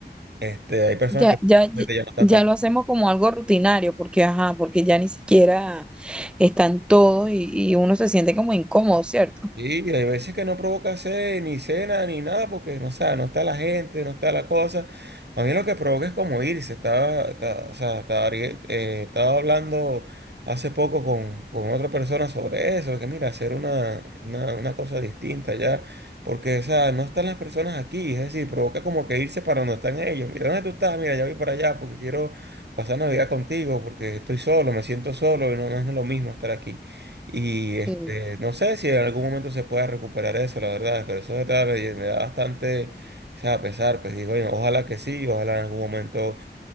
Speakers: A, on the right (about 70°); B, in the centre.
A: este, hay personas
B: Ya,
A: que
B: ya,
A: realmente ya no están
B: ya
A: tan
B: lo hacemos como algo rutinario, porque ajá, porque ya ni siquiera están todos y, y uno se siente como incómodo, ¿cierto?
A: Sí, y hay veces que no provoca sed, ni cena, ni nada, porque no, o sea, no está la gente, no está la cosa. A mí lo que provoca es como irse. Estaba, estaba- o sea, estaba, Ariel- eh, estaba hablando hace poco con, con otra persona sobre eso, que mira, hacer una, una, una cosa distinta ya, porque, o sea, no están las personas aquí, es decir, provoca como que irse para donde están ellos. Mira, ¿dónde tú estás? Mira, ya voy para allá porque quiero pasar Navidad contigo, porque estoy solo, me siento solo y no, no es lo mismo estar aquí. Y este,
B: Sí.
A: no sé si en algún momento se pueda recuperar eso, la verdad, pero eso de verdad me, me da bastante, o sea, pesar, pues digo, "Oye, ojalá que sí, ojalá en algún momento